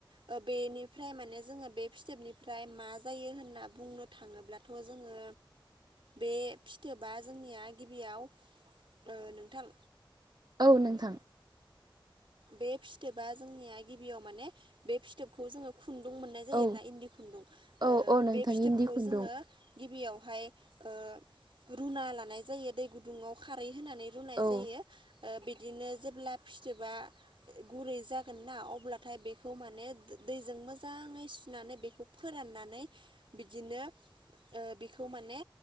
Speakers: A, on the right; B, on the right.
A: ओ बेनिफ्राय माने जोङो बे फिथोबनिफ्राय मा जायो? होनना बुंनो थाङोब्लाथ' जोङो बे फिथोबा जोंनिया गिबियाव ओ नोंथां
B: औ नोंथां
A: बे फिथोबा जोंनिया गिबियाव माने बे फिथोबखौ जोङो खुन्दुं मोननाय जायो
B: औ
A: आरोना इन्दि खुन्दुं ओ
B: औ औ नोंथां
A: बे फिथोबखौ
B: इन्दि खुन्दुं
A: जोङो गिबियाव फाय ओ रुना लानाय जायो दै गुुंदुङाव खारै होनानै रुनाय
B: औ
A: जायो बिदिनो जेब्ला फिथोबा गुरै जागोन ना अब्लाथाय बेखौ माने दैजों मोजाङै सुनानै बेखौ फोराननानै बिदिनो ओ बिखौ माने